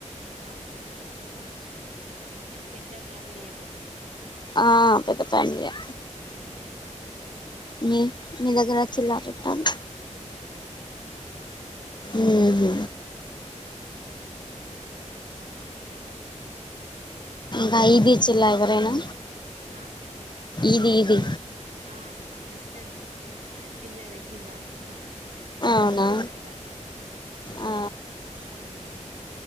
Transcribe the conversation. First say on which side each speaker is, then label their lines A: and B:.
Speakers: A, on the right (about 65°); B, on the left (about 35°).
A: అవునా ఆహా హ పెద్ద ఫ్యామిలీ ఏమో మీది
B: ఆ పెద్ద ఫ్యామిలి ఏ
A: ఊమ్
B: మీ మీ దగ్గర అచ్చిల్లా చుట్టాలు
A: చిండ్రు
B: ఊహ్మ్ బైదిచ్చిల్ల ఎవరైనా
A: చా
B: ఇది ఇది
A: ఆ ఇచ్చ ఇస్తారు పిల్లలకి మాకు హ మా బాబు
B: అవునా
A: ఉన్నాడు కాదా
B: ఆ
A: ఊమ్